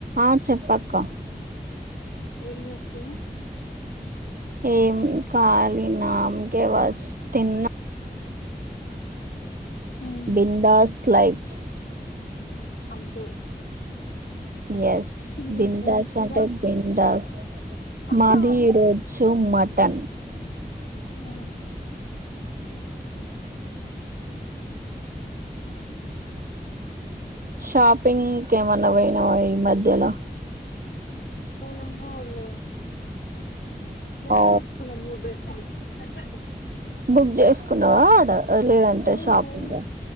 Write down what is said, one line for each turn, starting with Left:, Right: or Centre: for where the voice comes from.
Right: ఆ చెప్పక్క
Left: ఉ ఎంచేస్తున్నావ్
Right: ఏం కాలి నామ్ కే వాస్తే తిన్నా
Left: ఉమ్
Right: బిందాస్ లైఫ్
Left: అంతే
Right: యస్
Left: ఉమ్
Right: బిందాస్
Left: ఏం కూర
Right: అంటే బిందాస్
Left: అక్క
Right: మాది
Left: ఆగు
Right: ఈ రోజ్జు మటన్
Left: ఉ
Right: షాపింగ్ కి ఏమన్నా పోయినావా ఈ మధ్యలో
Left: ఏమోలే నేనే
Right: ఓ
Left: ఉట్కున్నా మూడ్ డ్రెస్లు ంట
Right: బుక్ చేసుకున్నావా ఆడ లేదంటే
Left: లేదు
Right: షాపింగా
Left: లేదు